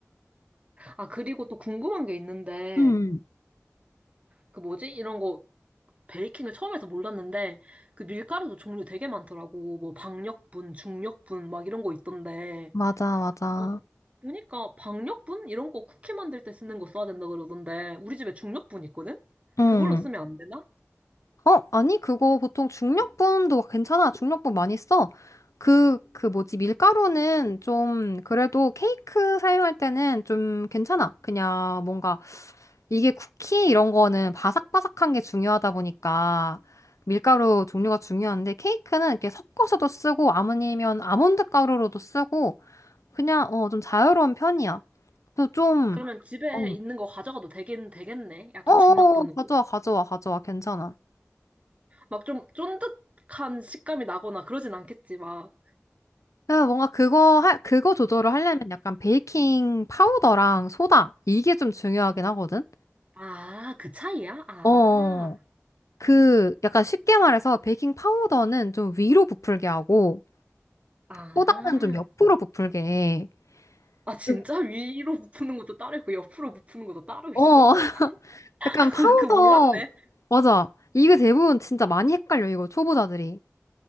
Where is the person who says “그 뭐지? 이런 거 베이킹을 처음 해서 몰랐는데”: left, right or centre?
Right